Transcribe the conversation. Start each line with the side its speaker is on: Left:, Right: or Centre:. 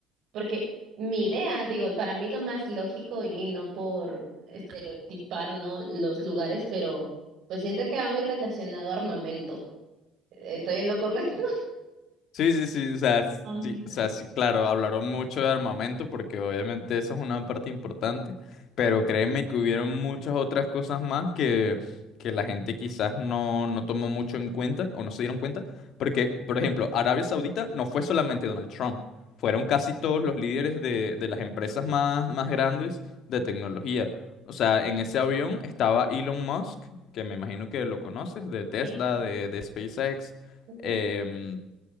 Right: porque mi idea, digo, para mí lo más lógico y no por estereotipar, ¿no? Los lugares, pero pues siento que va muy relacionado a armamento. ¿Estoy en lo correcto?
Left: Sí, sí, sí, o sea,
Right: Ay,
Left: sí,
Right: no.
Left: o sea, sí, claro, hablaron mucho de armamento porque obviamente eso es una parte importante, pero créeme que hubieron muchas otras cosas más que, que la gente quizás no, no tomó mucho en cuenta o no se dieron cuenta, porque, por ejemplo, Arabia Saudita no fue solamente Donald Trump, fueron casi todos los líderes de, de las empresas más, más grandes de tecnología. O sea, en ese avión estaba Elon Musk, que me imagino que lo conoces, de Tesla,
Right: <laughs> Sí,
Left: de, de SpaceX.
Right: sí.
Left: em,